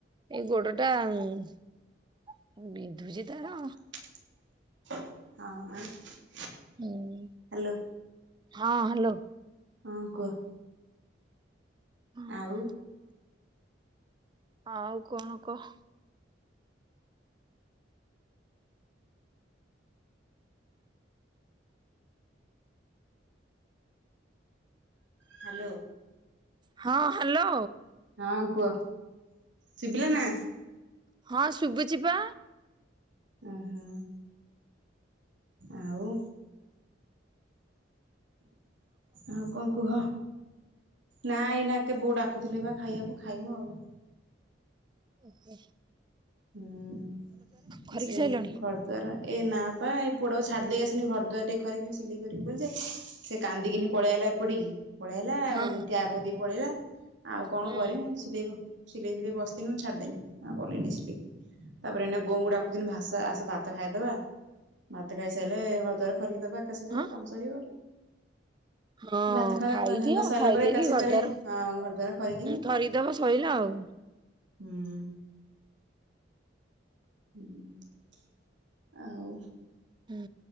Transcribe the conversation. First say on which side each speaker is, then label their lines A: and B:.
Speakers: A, on the right (about 25°); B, on the right (about 80°).
A: ଏଇ ଗୋଡ ଟା ଉଁ- ବିନ୍ଧୁଚି ତାର।
B: ହଁ- <unintelligible>
A: ହୁଁ-
B: ହ୍ୟାଲୋ
A: ହଁ ହାଲୋ।
B: ହଁ କୁହ।
A: ହଁ
B: ଆଉ
A: ଆଉ କଣ କହ୍।
B: ହାଲୋ।
A: ହଁ, ହାଲୋ।
B: ହଁ, କୁହ ଶୁିବିଲା ନା?
A: ହଁ ଶୁଭୁଛି ପା।
B: ଉଁ ହୁଁ, ଆଉ? ଆଉ କଣ କୁହ? ନା ଏଇନାକେ ବୋଉ ଡାକୁଥିଲେ ବା ଖାଇବାକୁ ଖାଇମୁ ଆଉ।
A: ଓହୋଃ।
B: ହୁଁ
A: ଖରିକି
B: ସେ
A: ସାରିଲଣି
B: ଘର ଦ୍ବାର ଏ ନା ପା ଏ ପୁଅଟାକୁ ଛାଡି ଦେଇକି ଆସନି ଘର ଦ୍ଵାରା ଟିକେ ଖରିକିମି ସିଲେଇ କରିବି ବୋଲି ଯେ ସେ କାନ୍ଦିକିନି ପଳେଇ ଆଇଲା ଏପଟିକି। ପଳେଇଲା ଆଉ
A: ହଁ
B: ଟ୍ୟାପ କତିକି ପଳେଇଲା ଆଉ କଣ
A: ହୁଁ।
B: କରମି ସିଲେଇ କ ସିଲେଇ ବିଲେଇ ବସିଥିଲି ମୁଁ ଛାଡ଼ିଦେନି ଆଉ କଲିନି ସିଲେଇ। ତାପରେ ଏଇନେ ବୋଉଙ୍କୁ ଡାକୁଥିନି ଭାସ ଆସ ଭାତ ଖାଇଦବା। ଭାତ ଖାଇସାଇଲେ ଘରଦ୍ଵାର ଖରିକି ଦବା। ଏକା ସାଙ୍ଗରେ
A: ହଁ
B: କାମ ସରିବ।
A: ହଁ
B: ଭାତ ଖତା
A: ଖାଇଦିଅ
B: ଖାଇ ଖୁଆ ସାଇଲା
A: ଖାଇଦେଇକି
B: ପରେ ଏକରେ ସେକରେ
A: ଘରଦ୍ୱାର
B: ଘର ଦ୍ଵାରା ଖରିକିମି।
A: ଥରିଦବ
B: ତାପରେ
A: ସଇଲା ଆଉ।
B: ହୁଁ। ହୁଁ ଆଉ,
A: ହୁଁ